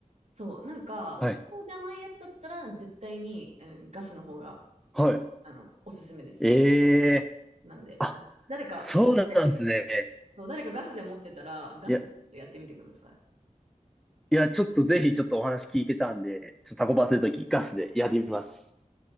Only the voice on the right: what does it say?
そう、なんか、
そうじゃないやつだったら、絶対に、うん、ガスの方が、
あの、おすすめです。
なんで、
あ誰か、
ガスで、そう、誰かガスで持ってたら、ガスやってみてください。